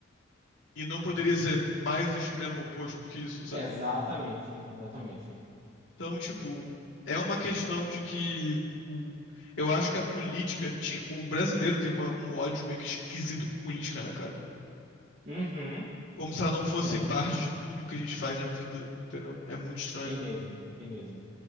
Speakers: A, on the left; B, on the right.
A: E não poderia ser mais extremo oposto do que isso, sabe?
B: Exatamente, exatamente.
A: Então, tipo, é uma questão de que o- eu acho que a política tinha. O brasileiro tem uma- um ódio meio que esquisito por política, né, cara?
B: Uhum.
A: Como se ela não fosse
B: Tem.
A: parte de tudo que a gente faz na vida, entendeu? É muito estranho.
B: Tem mesmo, tem mesmo.